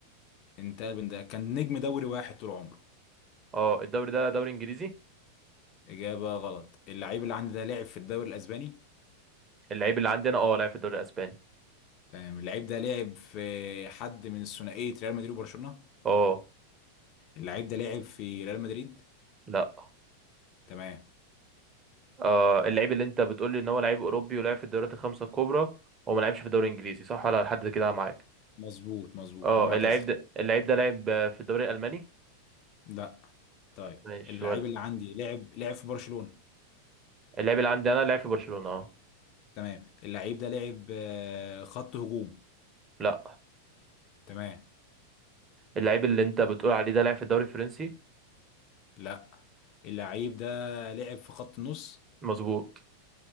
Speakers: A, on the left (about 40°); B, on the right (about 25°).
A: انتقل من ده كان نجم دوري واحد طول عمره
B: اه الدوري ده دوري انجليزي
A: إجابة غلط اللعيب اللي عندي ده لعب في الدوري الأسباني
B: اللعيب اللي عندنا اه لعب في الدوري الاسباني
A: تمام اللعيب ده لعب في حد من ثنائية ريال مدريد وبرشلونة
B: اه
A: اللعيب ده لعب في ريال مدريد
B: لا
A: تمام
B: آه اللعيب اللي انت بتقول لي ان هو لعيب اوروبي ولعب في الدوريات الخمسه الكبرى هو ما لعبش في الدوري الانجليزي صح ولا لحد كده معاك
A: مظبوط مظبوط
B: اه
A: ومعتزل
B: اللعيب ده اللعيب ده لعب آه، في الدوري الالماني
A: لا طيب
B: ماشي
A: اللعيب
B: ود
A: اللي عندي لعب لعب في برشلونة
B: اللعيب اللي عندي انا لعب في برشلونه اه
A: تمام اللعيب ده لعب آه، خط هجوم
B: لا
A: تمام
B: اللعيب اللي انت بتقول عليه ده لعب في الدوري الفرنسي
A: لا اللعيب ده لعب في خط النص
B: مظبوط